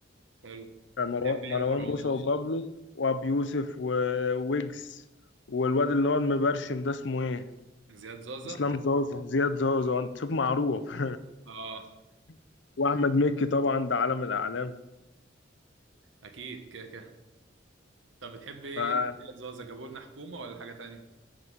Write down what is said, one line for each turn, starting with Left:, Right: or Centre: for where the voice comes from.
Right: حلو
Left: كان
Right: بتحب
Left: مرو-
Right: ايه
Left: مروان
Right: لمروان
Left: موسى
Right: موسى
Left: وبابلو وابي يوسف وويجز والواد اللي هو المبرشم ده اسمه ايه
Right: زياد زازا
Left: اسلام زازا زياد زازا انت شوف معروف
Right: اه
Left: <laughs> واحمد مكي طبعا ده عالم الاعلام
Right: اكيد كده كده طب بتحب ايه
Left: فجابوا
Right: زياد زازا جابوا لنا حكومه ولا حاجه تانية